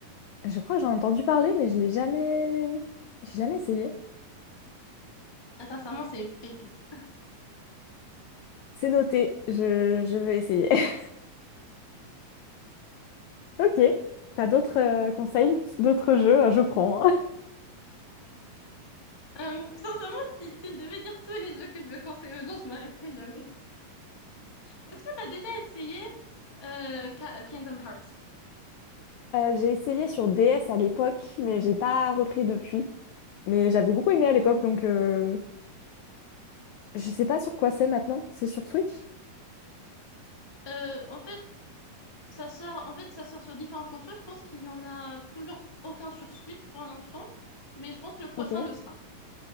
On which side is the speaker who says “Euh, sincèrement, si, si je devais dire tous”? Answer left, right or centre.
Left